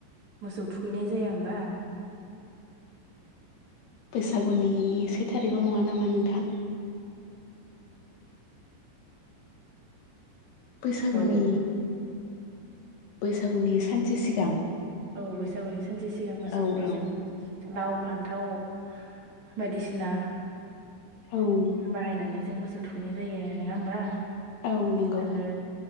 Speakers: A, on the right; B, on the left.
A: मोसौ थुखैनाय जाया होमबा?
B: बैसागुनि से थारिखाव नङा नामा नोंथां? बैसागुनि
A: औ
B: बैसागुनि सानसे सिगां।
A: औ बैसागुनि सानसे सिगां मोसौखौ
B: औ औ
A: जों लाव फान्थाव बायदिसिना
B: औ
A: बाहायनानै जों मोसौ थुखैनाय जायो नोङा होनबा?
B: औ नंगौ
A: आरो